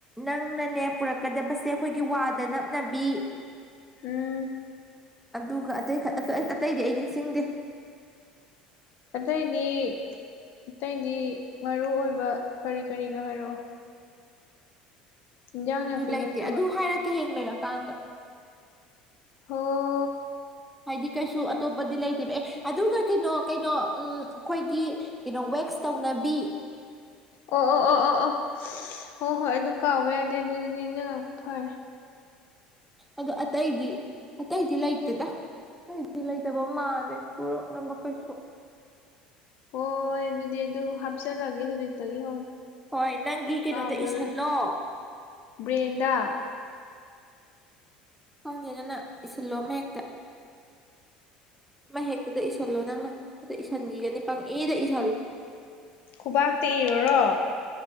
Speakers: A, in the centre; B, on the left (about 55°).
A: ꯅꯪꯅꯅꯦ ꯄꯨꯔꯛꯀꯗꯕꯁꯦ ꯑꯩꯈꯣꯏꯒꯤ ꯋꯥꯜꯗ ꯅꯞꯅꯕꯤ
B: ꯎꯝ
A: ꯑꯗꯨꯒ ꯑꯇꯩ ꯑꯇꯩꯗꯤ ꯑꯩ ꯅꯤꯡꯁꯤꯡꯗꯦ
B: ꯑꯇꯩꯗꯤ ꯑꯇꯩꯗꯤ ꯃꯔꯨ ꯑꯣꯏꯕ ꯀꯔꯤ ꯀꯔꯤꯅꯣ ꯍꯥꯏꯔꯛꯑꯣ ꯏꯟꯖꯥꯡ
A: ꯑꯗꯨ
B: ꯅꯥꯄꯤ
A: ꯂꯩꯇꯦ
B: ꯅꯠꯇꯕ
A: ꯑꯗꯨ ꯍꯥꯏꯔꯛꯀꯦ ꯍꯌꯦꯡ ꯂꯩꯔꯀꯥꯟꯗ
B: ꯍꯣ
A: ꯍꯥꯏꯗꯤ ꯀꯩꯁꯨ ꯑꯇꯣꯞꯄꯗꯤ ꯂꯩꯇꯦꯕ ꯑꯦ ꯑꯗꯨꯒ ꯀꯩꯅꯣ ꯀꯩꯅꯣ ꯎꯝ ꯑꯩꯈꯣꯏꯒꯤ ꯀꯩꯅꯣ ꯋꯦꯛꯁ ꯇꯧꯅꯕꯤ
B: ꯑꯣ ꯑꯣ ꯑꯣ ꯑꯣ ꯑꯣ ꯍꯣꯏ ꯍꯣꯏ ꯑꯗꯨ ꯀꯥꯎꯕ ꯌꯥꯗꯦ ꯑꯗꯨꯗꯨ ꯅꯤꯡꯖꯛꯉꯛꯄ ꯐꯔꯦ
A: ꯑꯗꯨꯗ ꯑꯇꯩꯗꯤ ꯑꯇꯩꯗꯤ ꯂꯩꯇꯦꯗ ꯑꯩꯗꯤ ꯂꯩꯇꯕ ꯃꯥꯜꯂꯦ ꯄꯨꯔꯛꯅꯕ ꯀꯩꯁꯨ
B: ꯍꯣꯏ ꯑꯗꯨꯗꯤ ꯑꯗꯨ ꯍꯥꯞꯆꯤꯜꯂꯒꯦ ꯍꯧꯖꯤꯛꯇꯒꯤ ꯍꯧꯅ
A: ꯍꯣꯏ ꯅꯪꯒꯤ ꯀꯩꯅꯣꯗ
B: ꯀꯥꯎꯗꯅ
A: ꯏꯁꯁꯤꯜꯂꯣ
B: ꯕ꯭ꯔꯦꯟꯗ
A: ꯈꯪꯗꯦꯅ ꯅ ꯏꯁꯤꯜꯂꯣ ꯑꯃ ꯍꯦꯛꯇ ꯃꯥ ꯍꯦꯛꯇꯗ ꯏꯁꯁꯤꯜꯂꯣ ꯅꯪꯅ ꯏꯁꯁꯤꯟꯈꯤꯒꯅꯤ ꯄꯪꯏꯗ ꯏꯁꯁꯤꯜꯂꯣ
B: ꯈꯨꯕꯥꯛꯇ ꯏꯔꯣꯔꯣ